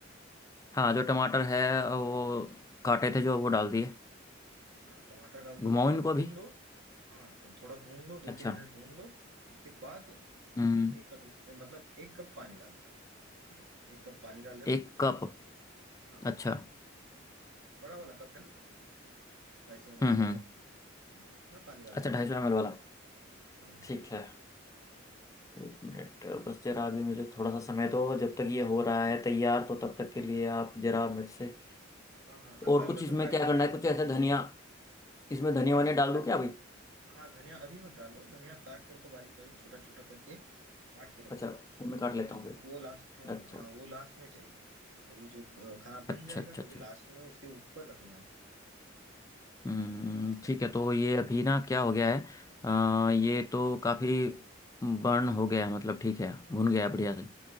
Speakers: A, on the left; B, on the right.
A: हाँ जो टमाटर है वो काटे थे जो वो डाल दिए
B: हाँ टमाटर डाल
A: घुमाऊँ
B: दो थोड़ा
A: इनको
B: भून
A: अभी
B: लो हाँ तो थोड़ा भून लो दो
A: अच्छा
B: तीन मिनट भून लो उसके बाद
A: हम्म
B: एक कटोरी मतलब एक कप पानी डाल देना ठीक है एक कप पानी डाल देना
A: एक कप
B: हाँ
A: अच्छा
B: बड़ा वाला कप है ना उसमें ढाई सौ ml
A: हम्म
B: का
A: हम्म
B: कप हाँ थोड़ा पानी डाल
A: अच्छा
B: देना
A: ढाई सौ एम एल वाला
B: हाँ हाँ
A: ठीक है एक मिनट बस जरा अभी मुझे थोड़ा सा समय दो जब तक ये हो रहा है तैयार तो तब तक के लिए आप जरा मेरे से
B: हाँ हाँ हल्का
A: और
B: हल्का
A: कुछ
B: से
A: इसमें
B: फ्राई
A: क्या
B: करते
A: करना है
B: रहो
A: कुछ ऐसा धनिया इसमें धनिया
B: हाँ
A: वनिया
B: धनिया
A: डाल
B: ध,
A: दूं क्या अभी
B: हाँ धनिया अभी मत डालो धनिया काट के रखो बारीक बारीक छोटा छोटा करके काट के रखो
A: अच्छा तो मैं काट
B: ठीक
A: लेता
B: है
A: हूँ फिर
B: वो लास्ट हाँ
A: अच्छा
B: हाँ वो लास्ट में चाहिए अभी जो अ, खाना बन
A: अच्छा
B: जाएगा
A: अच्छा अच्छा
B: तभी लास्ट में उसके ऊपर रखना है
A: हम्म
B: ठीक है
A: ठीक है तो ये अभी ना क्या हो गया है अ, ये तो काफी बर्न हो गया है, मतलब ठीक है भुन गया है बढ़िया से